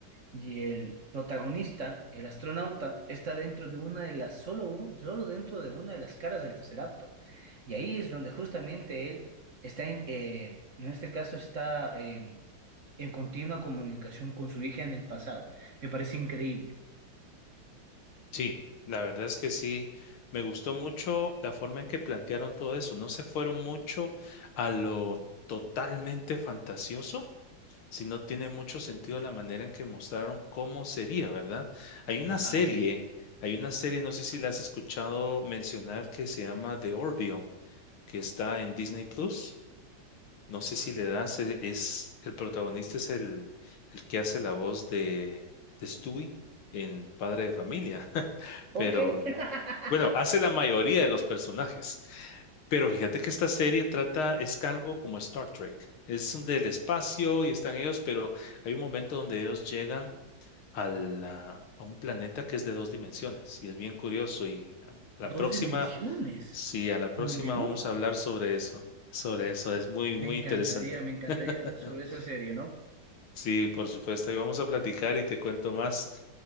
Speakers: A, on the right (about 45°); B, on the left (about 85°).
A: y el protagonista, el astronauta, está dentro de una de las, solo, un- solo dentro de una de las caras del Tesseracto. Y ahí es donde justamente él está, en, eh, en este caso está eh, en continua comunicación con su hija en el pasado. Me parece increíble,
B: Sí, la verdad es que sí, me gustó mucho la forma en que plantearon todo eso, no se fueron mucho a lo totalmente fantasioso, si no tiene mucho sentido la manera en que mostraron cómo sería, ¿verdad? Hay una
A: totalmente.
B: serie, hay una serie, no sé si la has escuchado mencionar, que se llama The Orville, que está en Disney Plus.
A: No,
B: No sé si
A: no
B: le
A: le-
B: das, e- es, el protagonista es el, el que hace la voz de, de Stewie en Padre de Familia, <laughs>
A: Ok.
B: pero
A: <laughs>
B: bueno, hace la mayoría de los personajes. Pero fíjate que esta serie trata, es algo como Star Trek. Es un del espacio y están ellos, pero hay un momento donde ellos llegan a, la- a un planeta que es de dos dimensiones y es bien curioso. Y a la
A: Dos
B: próxima,
A: dimensiones,
B: sí, a la próxima
A: como un dibujo.
B: vamos a hablar sobre eso. Sobre eso, es muy,
A: Me
B: muy
A: encantaría,
B: interesante.
A: me encantaría
B: <laughs>
A: hablar sobre esa serie, ¿no?
B: Sí, por supuesto, ahí vamos a platicar y te cuento más.